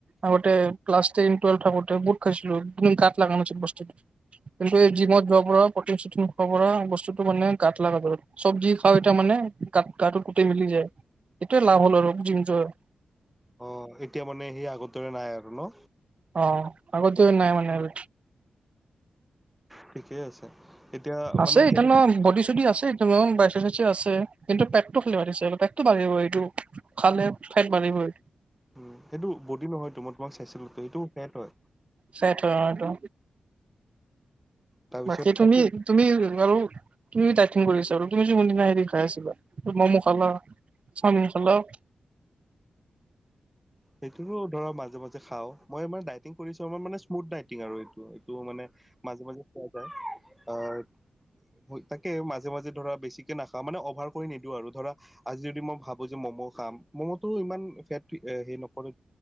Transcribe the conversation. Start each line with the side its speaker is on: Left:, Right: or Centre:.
Right: আগতে ক্লাছ টেন টোৱেলভ থাকোঁতে বুট খাইছিলো, কিন্তু গাঁত লাগ নোছিল বস্তুটো। কিন্তু এই জিমত যোৱাৰ পৰা প্ৰটিন চটিন খোৱাৰ পৰা বস্তুটো মানে গাত লাগা হ'ল। চব্জি খাওঁ এতিয়া মানে গাত গাটোত গোটেই মিলি যায়, সেইটোৱে লাভ হ'ল আৰু জিম যোৱাৰ।
Centre: অ', এতিয়া মানে সেই আগৰ দৰে নাই আৰু ন।
Right: অ', আগতেও নাই মানে আৰু।
Centre: ঠিকেই আছে। এতিয়া
Right: আছে
Centre: মানে
Right: <unintelligible>
Centre: কেনে
Right: বডি চডি আছে। <unintelligible> আছে, কিন্তু পেতটো খালি <unintelligible> পেতটো বাঢ়িব এইটো। খালে ফেট বাঢ়িবই।
Centre: উম, সেইটো বডি নহয়তো মই তোমাক চাইছিলো, সেইটো ফেট হয়।
Right: ফেট হয় অ', এইটো।
Centre: তাৰপিছত
Right: বাকী তুমি
Centre: তাকো
Right: তুমি বাৰু তুমি দাইটিং কৰিছা আৰু তুমি যোনদিনা সেইদিন খাই আছিলা ম'ম খালা। চাওমিন খালা।
Centre: সেইটোৰো ধৰক মাজে মাজে খাওঁ, মই মানে ডাইটিং কৰিছো আমাৰ মানে স্মুথ ডাইটিং আৰু এইটো- এইটো মানে মাজে- মাজে খোৱা যায়, অ', তাকে, মাজে মাজে ধৰা বেছিকে নাখাওঁ, মানে অভাৰ কৰি নিদিওঁ আৰু ধৰা আজি যদি মই ভাবো যে মম' খাম, মম'টো ইমান ফেট এ হেৰি <unintelligible> উম,